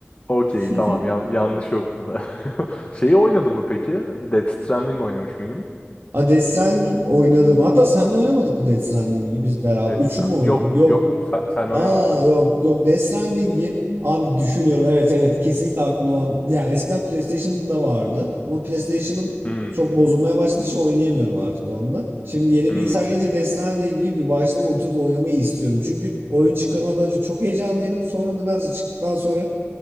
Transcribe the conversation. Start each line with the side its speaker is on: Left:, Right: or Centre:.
Left: Okey
Right: <laughs>
Left: tamam Yan- yanlış yok burada. <laughs> Şeyi oynadın mı peki? Death Stranding oynamış mıydın?
Right: A Death Stranding oynadım. Hatta sen de oynamadık bu Death Stranding'i biz beraber.
Left: Death
Right: Üçü
Left: Strand-
Right: mü oynadık?
Left: Yok
Right: Yok.
Left: yok sen, senle
Right: Aa
Left: oynamadık.
Right: yok yok Death Stranding'i abi düşünüyorum evet evet kesinlikle aklımda olan ya eskiden PlayStation'da vardı ama PlayStation'ım
Left: Hmm,
Right: çok bozulmaya başladığı için oynayamıyorum artık onda. Şimdi yeni
Left: hmm.
Right: bilgisayar gelince Death Stranding'i bir baştan oturup oynamayı istiyorum. Çünkü oyun çıkmadan önce çok heyecanlıydım. Sonra nedense çıktıktan sonra